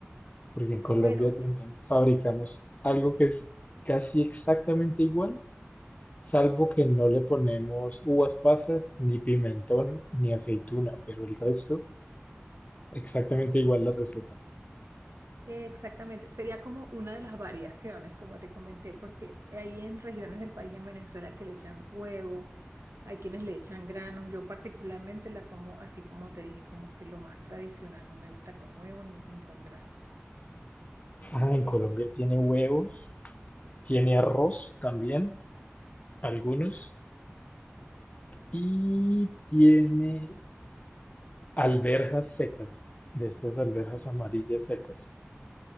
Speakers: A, on the left; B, on the right.
A: porque en Colombia
B: Bueno,
A: también fabricamos algo que es casi exactamente igual, salvo que no le ponemos uvas pasas, ni pimentón, ni aceituna, pero el resto Exactamente igual la receta.
B: Exactamente, sería como una de las variaciones, como te comenté, porque hay en regiones del país en Venezuela que le echan huevo, hay quienes le echan granos, yo particularmente la como así como te dije, como que lo más tradicional, no me gusta con huevo ni, ni con granos.
A: Ah, en Colombia
B: Me gusta.
A: tiene huevos, tiene arroz también, algunos, y tiene alberjas secas, de estas alberjas amarillas secas.